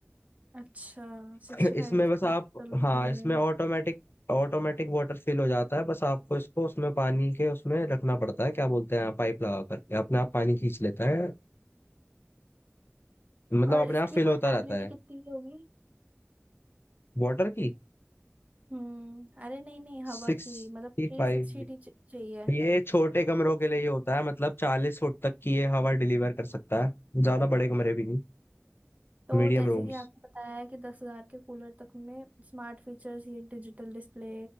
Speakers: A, on the right (about 35°); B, on the left (about 60°).
A: अच्छा सिक्सटी
B: <laughs> इसमें
A: फाइव
B: बस
A: का
B: आप
A: चलो
B: हाँ
A: बढ़िया
B: इसमें
A: है
B: ऑटोमेटिक ऑटोमेटिक वाटर फिल हो जाता है बस आपको इसको उसमें पानी के उसमें रखना पड़ता है क्या बोलते हैं पाइप लगा करके अपने आप पानी खींच लेता है मतलब
A: और
B: अपने
A: इसकी
B: आप फिल
A: पोर्टेबिलिटी
B: होता रहता है
A: कितनी की होगी
B: वाटर की
A: हम्म अरे नहीं नहीं हवा
B: सिक्सटी
A: की मतलब थ्री
B: फाइव
A: सिक्सटी चाहिए
B: ये छोटे कमरों के लिए ये होता है मतलब चालीस फुट तक की ये हवा डिलीवर कर सकता है ज्यादा बड़े कमरे भी नहीं
A: तो
B: मीडियम
A: जैसे
B: रूम्स
A: कि आपको बताया है कि दस हजार के कूलर तक में स्मार्ट फीचर्स ये digital display